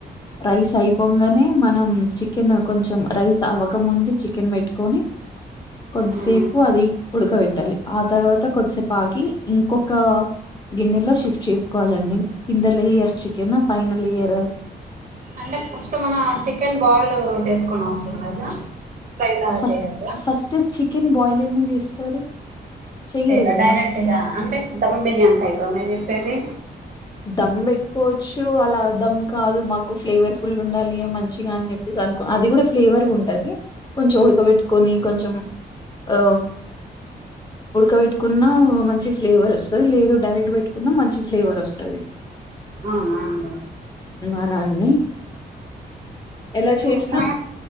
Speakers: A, on the left; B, on the right.
A: రైస్ అయిపొంగనే మనం చికెన్ కొంచెం రైస్ అవ్వకముందే చికెన్ పెట్టుకొని కొద్దిసేపు
B: ఉమ్.
A: అది ఉడకబెట్టాలి ఆ తర్వాత కొద్దిసేపు ఆగి ఇంకొక గిన్నెలో షిఫ్ట్ చేసుకోవాలండి కింద లేయర్ చికెన్ పైన లేయరు
B: అంటే ఫస్ట్ మన చికెన్ బాల్డ్ చేసుకో అవసరం లేదా ఫ్రై లాగా
A: ఫస్ట్
B: చేయొద్దా
A: ఫస్ట్ చికెన్ బాయిల్ ఎందుకు చేస్తారు చెయ్యరు
B: చేయరా
A: గదా!
B: డైరెక్ట్గా అంటే ధమ్ బిర్యానీ టైప మీరు చెప్పేది
A: దమ్ పెట్టుకోవచ్చు అలా దమ్ కాదు మాకు ఫ్లేవర్ ఫుల్ ఉండాలి మంచిగా అని చెప్పేసి అనుకు అది కూడా ఫ్లేవర్గా ఉంటది కొంచెం ఉడకబెట్టుకొని కొంచెం ఆ ఉడకబేట్టుకున్న మంచి ఫ్లేవర్ వస్తది లేదు డైరెక్ట్ పెట్టుకున్న మంచి ఫ్లేవర్ వస్త తది
B: అవున అండి
A: అలా అండి ఎలా
B: అయితే
A: చేసినా
B: మొత్తమే